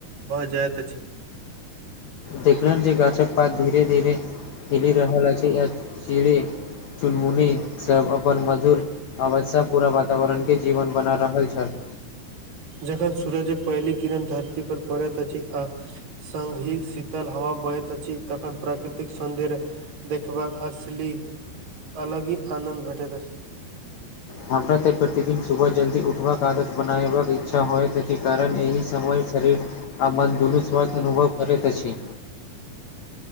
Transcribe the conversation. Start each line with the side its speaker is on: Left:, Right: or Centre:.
Right: भऽ जायइत अछि
Left: देखलनि जे गाछक पात धीरे धीरे हेली रहल अछि य चीड़े चुनमुनी सब अपन मधुर आवश्यक पूरा वातावरण के जीवन बना रहल छल
Right: जखन सूरजक पहिल किरण धरती पर पड़ैत अछि आ संघी शीतल हवा बहैत अछि तखन प्राकृतिक सौन्दर्य देखबाक असली अलग ही आनन्द भेटैत अछि
Left: हमरा तऽ प्रतिदिन सुबह जल्दी उठबाक आदत बनेबाक इच्छा होयत अछि कारण एहि समय शरीर आ मन धनुस्वथ अनुभव करैत अछि